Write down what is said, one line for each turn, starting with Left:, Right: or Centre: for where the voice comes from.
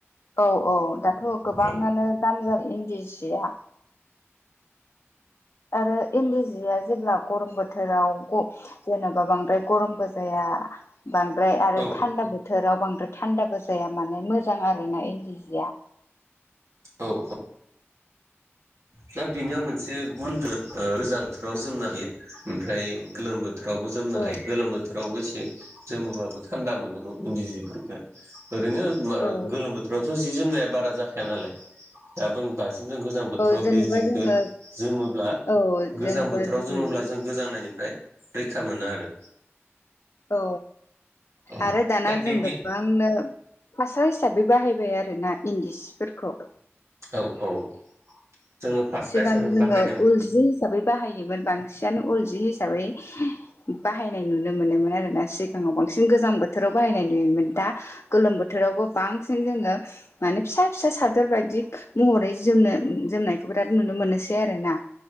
Left: औ औ, दाथ' गोबाङानो
Right: औ
Left: दाम जाबि इन्दि जिआ। आरो इन्दि जिआ जेब्ला गरम बोथोराव ग-जेनोबा बांद्राय गरमबो जाया बांद्राय आरो
Right: औ
Left: थान्दा बो थोराव बांद्राय थान्दाबो जाया माने मोजां आरोना इन्दि जिआ।
Right: औ ओ दा बेनियाव मोनसे गुन दो, ओ गोजा बोथोराव जोमनो हायो ओमफ्राय गोलोम बो थोरावबो जोमनो
Left: औ
Right: हायो गोलोम बो थोरावबो एसे जोमोबाबो थान्दा मोनो न' इन्दि जिफोरखो ओरैनो बा
Left: औ
Right: गोलोम बोथोरावथ' जि जोमनाया बारा जाखाया नालाय दाबो दासिम जों गोजां
Left: औ
Right: बोथोराव
Left: जेनेबा
Right: बे जिखो
Left: जोङो
Right: जोमोब्ला
Left: औ
Right: गोजां
Left: जेनेबा
Right: बोथोराव
Left: जोङो
Right: जोमोब्ला जों गोजांनायनिफ्राय रैखा मोनो आरो।
Left: औ,
Right: औ
Left: आरो दाना
Right: दा बेनि
Left: जों गोबां नो फास्रा हिसाबै बाहायबाय आरोना इन्दि सिफोरखौ।
Right: औ औ। जोङो फास्रा
Left: सिगां
Right: हिसाबै
Left: जोङो
Right: बाहायनायाव
Left: उल जि हिसाबै बाहायोमोन बांसिनानो उल जि हिसाबै बाहायनाय नुनो मोनोमोन आरोना सिगाङाव बांसिन गोजां बोथोराव बाहायनाय नुयोमोन दा गोलोम बोथोरावबो बांसिन जोङो माने फिसा फिसा सादोर बायदि महरै जोमनो जोमनायखौ बिराद नुनो मोननोसै आरो ना।